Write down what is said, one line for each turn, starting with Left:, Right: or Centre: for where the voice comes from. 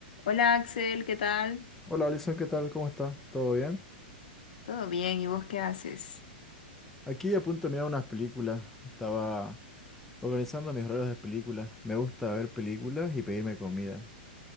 Left: Hola Axel, ¿qué tal?
Centre: Hola Alison, ¿qué tal? ¿Cómo estás? ¿Todo bien?
Left: ¿Todo bien? ¿Y vos qué haces?
Centre: Aquí a punto de mirar unas películas. Estaba organizando mis horarios de películas. Me gusta ver películas y pedirme comida.